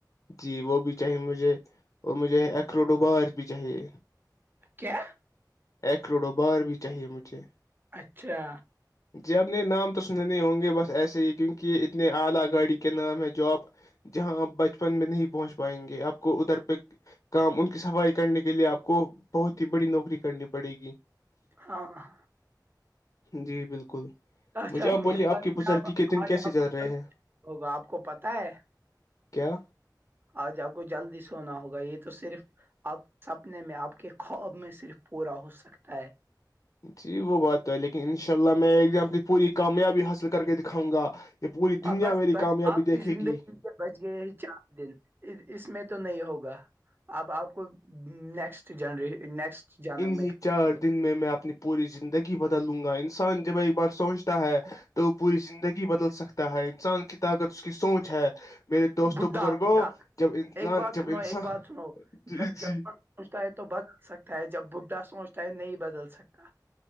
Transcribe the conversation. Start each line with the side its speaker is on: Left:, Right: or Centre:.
Left: جی وہ بھی چاہیے مجھے اور مجھے ایکروڈو بار بھی چاہیے
Right: کیا
Left: ایک کروڑوں بار بھی چاہیے مجھے
Right: اچھا
Left: جی یہ اپنے نام تو سنے ہوں گے بس ایسے ہی کیونکہ اتنے اعلی گاڑی کے نام ہیں جو اپ جہاں آپ بچپن میں نہیں پہنچ پائیں گے آپ کو ادھر پہ کام ان کی صفائی کرنے کے لیے آپ کو بہت ہی بڑی نوکری کرنی پڑے گی
Right: ہاںاں
Left: جی بالکل
Right: اچھا
Left: مجھے آپ بولیے آپ
Right: لگتا
Left: کی بزرگی
Right: ہے اب
Left: کے دن
Right: آج
Left: کیسے
Right: آپ
Left: چل
Right: کو
Left: رہے
Right: جلد
Left: ہیں
Right: ہوگا آپ کو پتا ہے
Left: کیا
Right: آج آپ کو جلدی سونا ہوگا یہ تو صرف آپ سپنے میں آپ کے خواب میں صرف پورا ہو سکتا ہے
Left: ہچ جی وہ بات ہے لیکن ان شاء اللہ میں ایکنی پوری کامیابی حاصل کر کے دکھاؤ گا یہ پوری دنیا
Right: آ بس
Left: میری
Right: بچ
Left: کامیابی
Right: آپ کی
Left: دیکھے
Right: زندگی
Left: گی
Right: بچ گئے ہی چار دن اس میں تو نہیں ہوگا اب آپ کو نیکسٹ جنری نیکسٹ جنم
Left: ان
Right: میں
Left: ہی
Right: کرنا
Left: چارج دن میں میں اپنی پوری زندگی بدل لوں گا انسان جب ایک بار سوچتا ہے تو وہ پوری زندگی بدل سکتا ہے انسان کی طاقت اس کی سوچ ہے میرے
Right: ہوگا
Left: دوست
Right: بڈھا
Left: بزرگوں
Right: بڈھا
Left: جب انان
Right: ایک بات
Left: جب
Right: سنو
Left: انسان
Right: ایک بات سنو
Left: ج
Right: جب جوان
Left: جی
Right: سوچتا ہے تو بد سکتا ہے جب بڈھا سوچتا ہے نہیں بدل سکتا